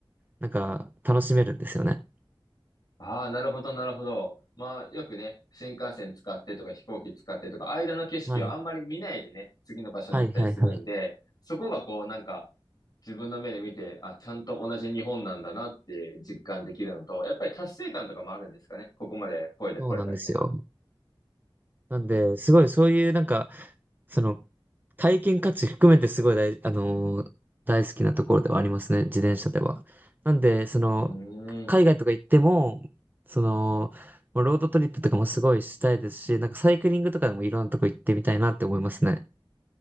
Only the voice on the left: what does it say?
ああ、なるほど、なるほど。まあ、よくね、新幹線使ってとか飛行機使ってとか、間の景色をあんまり見ないでね、
次の場所に行ったりするんで、
そこがこう、なんか、自分の目で見て、あ、ちゃんと同じ日本なんだなって実感できるのと、やっぱり達成感とかもあるんですかね。ここまで声で来れたみたいな。
うーん。